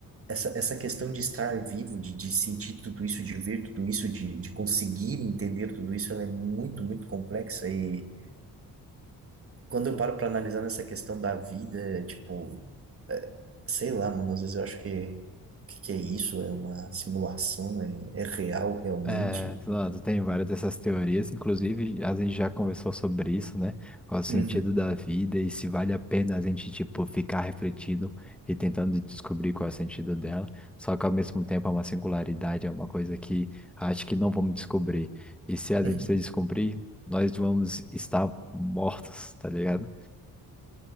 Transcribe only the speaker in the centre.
É, Fernando, tem várias dessas teorias, inclusive a gente já conversou sobre isso, né? Qual o sentido
da vida e se vale a pena a gente, tipo, ficar refletindo e tentando descobrir qual é o sentido dela. Só que ao mesmo tempo é uma singularidade, é uma coisa que acho que não vamos descobrir. E se a gente
se descobrir, nós vamos estar mortos, tá ligado?